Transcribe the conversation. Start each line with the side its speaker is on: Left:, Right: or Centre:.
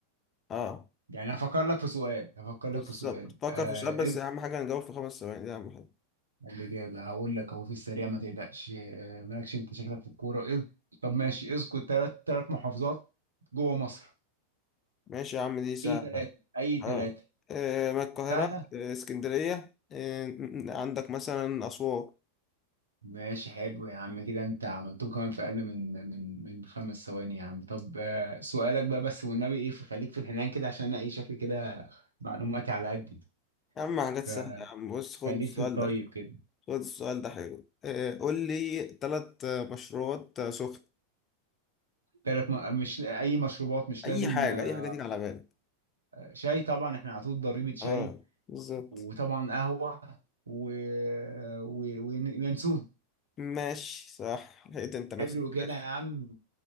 Left: اه
Right: يعني هفكر لك في سؤال هفكر
Left: بالظبط
Right: لك في سؤال
Left: فكر
Right: آه،
Left: في سؤال بس اهم حاجه نجاوب في خمس ثواني دي اهم حاجه
Right: قال لي كده هقول لك اهو في السريع ما تقلقش آه، مالكش انت شكلك في الكوره اذ طب ماشي اذكر ثلاث ثلاث محافظات جوه مصر
Left: ماشي يا عم دي سهله
Right: اي ثلاثه اي ثلاثه
Left: اه آه، ما القاهره
Right: سهله
Left: آه، اسكندريه آه، م- م- عندك مثلا اسوان
Right: ماشي حلو يا عم كده انت عملتهم كمان في اقل من من من خمس ثواني يا عم طب آه، سؤالك بقى بس والنبي ايه فخليك في الحنان كده عشان انا ايه شكلي كده معلوماتي على قدي
Left: يا عم حاجات سهله
Right: فخليك
Left: يا عم بص خد السؤال
Right: في الطيب
Left: ده
Right: كده
Left: خد السؤال ده حلو آه، قول لي ثلاث مشروبات آه، سخن
Right: ثلاث م... مش اي مشروبات مش
Left: اي
Right: لازم
Left: حاجه
Right: آه،
Left: اي حاجه تيجي على بالك
Right: شاي طبعا احنا على طول ضريبه شاي
Left: اه بالظبط
Right: وطبعا قهوة و... و... ون- وينسون
Left: ماشي صح لقيت انت نفسك
Right: حلو
Left: في
Right: كده
Left: الاخر
Right: يا عم